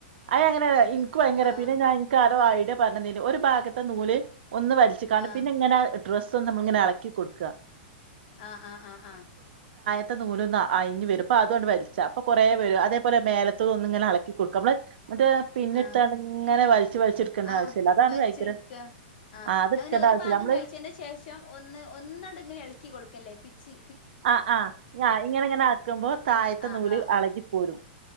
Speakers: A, on the right (about 70°); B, on the left (about 60°).
A: അത് അങ്ങനെയല്ല ഇൻ ൻക്ക് ഭയങ്കര
B: ആഹ്
A: പിന്നെ ഞാൻ ഇൻക്ക് ആരോ ആയി <unintelligible> പറഞ്ഞതിന് ഒരു ഭാഗത്തെ നൂല് ഒന്ന് വലിച്ച്ങ്ങാണ്ട്
B: ആഹ്
A: പിന്നെ ഇങ്ങനെ ഡ്രസ്സും നമ്മളിങ്ങനെ എളക്കി കൊടുക്കാ
B: ആ ആ ആ ആ
A: ത്തെ നൂലൊന്ന് അയഞ്ഞ് വരും അതുഅണ്ട് വല ച്ച് അപ്പൊ കൊറേ വെരും അതേപോലെത്തൊന്നിങ്ങനെ എളക്കി കൊടുക്ക നമ്മള് മറ്റേ പിന്നെടുത്താണ്ട്
B: ആ
A: ഇങ്ങനെ വലിച്ച് വലിച്ച് ഇട്ക്കണ്ട
B: ആ
A: ആവശ്യല്ല. അതാണ്
B: വലിച്ചെടുക്കാ
A: ഭയങ്കര
B: ആ
A: ആഹ് അത്
B: അങ്ങനെ
A: ഇട്ക്കണ്ട
B: ഒരു
A: ആവശ്യല്ല.
B: ഭാഗം
A: നമ്മള്
B: കഴിച്ചതിന്റെ ശേഷം ഒന്ന് ഒന്ന്ണ്ട്ങ്ങനെ എളക്കി കൊടുക്കല്ലേ പി ച്ച്
A: ആ ആ ഞാ ഇങ്ങനെങ്ങനെ ആക്കുമ്പോ തായത്തെ
B: ആഹ്
A: നൂല്
B: ആഹ്
A: അളകി പോരും